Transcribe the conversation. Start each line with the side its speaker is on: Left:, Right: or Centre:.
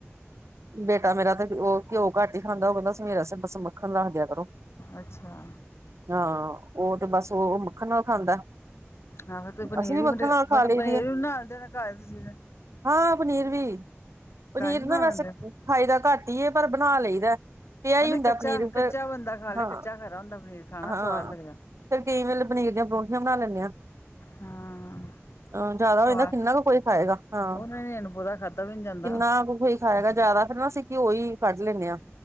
Right: ਬੇਟਾ ਮੇਰਾ ਤੇ ਉਹ ਘਿਉ ਘੱਟ ਹੀ ਖਾਂਦਾ ਕਹਿੰਦਾ ਸੀ। ਮੇਰਾ ਸ ਮੱਖਣ ਰੱਖਦਿਆ ਕਰੋ।
Left: ਅੱਛਾ।
Right: ਹਾਂ ਉਹ ਤੇ ਬਸ ਉਹ ਮੱਖਣ ਨਾਲ ਖਾਂਦਾ।
Left: ਹਾਂ ਤੇ ਪਨੀਰ
Right: ਅਸੀਂ
Left: ਵੀ
Right: ਮੱਖਣ
Left: ਬ-
Right: ਨਾਲ
Left: ਬਟ
Right: ਖਾ ਲਈ
Left: ਪਨੀਰ
Right: ਦੀ ਹੈ
Left: ਵੀ ਬਣਾਦੇ ਘਰ ਦਾ ਸੀਗਾ।
Right: ਹਾਂ ਪਨੀਰ ਵੀ ਪਨੀਰ
Left: ਹੀ ਬਣਾ
Right: ਨਾ ਵੈਸੇ
Left: ਲੈਂਦੇ ਹੋ
Right: ਖਾਈ ਦਾ ਘੱਟ ਹੀ ਏ। ਪਰ ਬਣਾ ਲਈਦਾ। ਪਿਆ ਹੀ
Left: ਅਰੇ
Right: ਹੁੰਦਾ
Left: ਕੱਚਾ-ਕੱਚਾ
Right: ਪਨੀਰ ਫਿਰ
Left: ਬੰਦਾ ਖਾ ਲੈ
Right: ਹਾਂ
Left: ਕੱਚਾ ਖਰਾ ਹੁੰਦਾ ਪਨੀਰ ਖਾਣਾ
Right: ਹਾਂ
Left: ਸਵਾਦ ਲੱਗਦਾ।
Right: ਫਿਰ ਕਈ ਵਾਰ ਪਨੀਰ ਦੀਆਂ ਪਰੌਂਠੀਆਂ ਬਣਾ ਲੈਣੇ ਆਂ।
Left: ਹਾਂ।
Right: ਆਂ ਜਿਆਦਾ
Left: ਸਵਾਦ
Right: ਹੋ ਜਾਂਦਾ ਕਿੰਨਾ ਕੁ ਕੋਈ ਖਾਏਗਾ ਹਾਂ।
Left: ਉਹਨਾਂ ਨੇ ਅਣਪੂਰਾ ਖਾਦਾ ਵੀ ਨਹੀਂ ਜਾਂਦਾ
Right: ਕਿੰਨਾ ਕੁ ਕੋਈ ਖਾਏਗਾ ਜ਼ਿਆਦਾ ਫਿਰ ਨਾ ਅਸੀ ਘਿਓ ਹੀ ਕੱਢ ਲੈਂਦੇ ਹਾਂ।